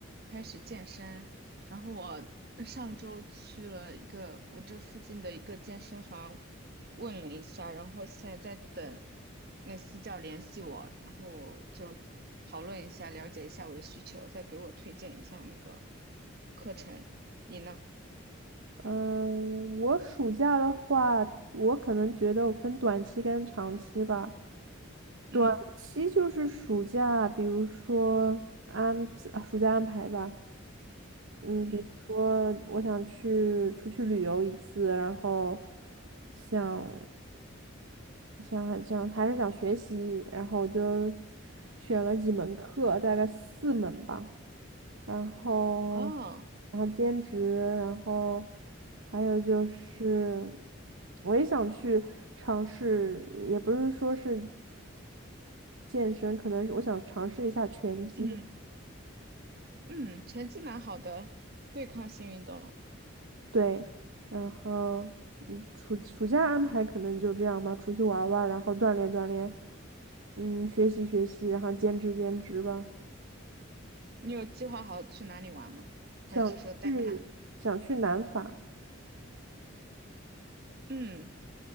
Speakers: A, on the right (about 50°); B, on the right (about 75°).
A: 开始健身，然后我上周去了一个我这附近的一个健身房问了一下，然后现在在等那私教联系我，然后就讨论一下，了解一下我的需求，再给我推荐一下那个课程。你呢？
B: 嗯，我暑假的话，我可能觉得我分短期跟长期吧。
A: 嗯
B: 短期就是暑假，比如说安，啊暑假安排吧。嗯，
A: 嗯，
B: 比如说我想去出去旅游一次，然后想想还想还是想学习，然后我就选了几门课，大概四门吧，然后
A: 哦，
B: 然后兼职，然后还有就是我也想去尝试，也不是说是健身，可能是我想尝试一下拳击。
A: 嗯。嗯，成绩蛮好的，对抗性运动。
B: 对，然后嗯，暑暑假安排可能就这样吧，出去玩儿玩儿然后锻炼锻炼，嗯，学习学习，然后兼职兼职吧。
A: 你有计划好去哪里玩吗？
B: 想去想去南法，
A: 还是说再看？嗯，